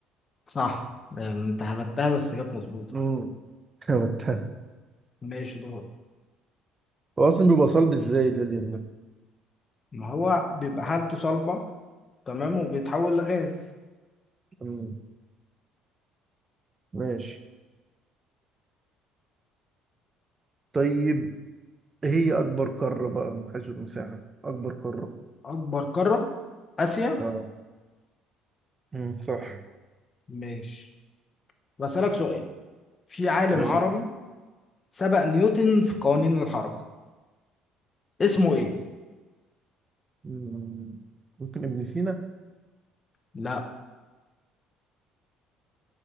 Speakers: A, on the left (about 20°); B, on the right (about 20°).
A: صح يعني أنت هبتها بس كانت مظبوطة
B: امم <laughs>
A: ماشي دورك
B: هو اصلا بيبقى صلب ازاي الهيليوم ده
A: ما هو بيبقى حالته صلبة تمام وبيتحول لغاز
B: أمم، ماشي طيب هي أكبر قارة بقى من حيث المساحة أكبر قارة
A: أكبر قارة آسيا
B: اه مم، صح
A: ماشي بسألك سؤال في عالم
B: أيوة
A: عربي سبق نيوتن في قوانين الحركة اسمه إيه؟
B: مم، ممكن ابن سينا
A: لا